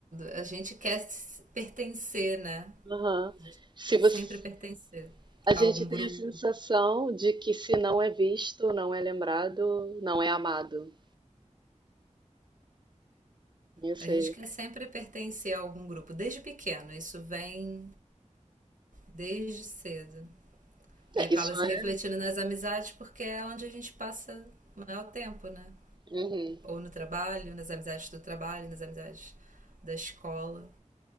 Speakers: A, on the right; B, on the right.
A: A gente quer pertencer, né?
B: Aham.
A: A gente
B: Se
A: quer
B: você
A: sempre pertencer
B: A
A: a
B: gente
A: algum
B: tem
A: grupo
B: a sensação de que se não é visto, não é lembrado, não é amado. Isso
A: A gente
B: aí.
A: quer sempre pertencer a algum grupo, desde pequeno, isso vem desde cedo. E
B: É,
A: acaba
B: isso
A: se
B: é.
A: refletindo nas amizades porque é onde a gente passa o maior tempo, né?
B: Uhum.
A: Ou no trabalho, nas amizades do trabalho, nas amizades da escola.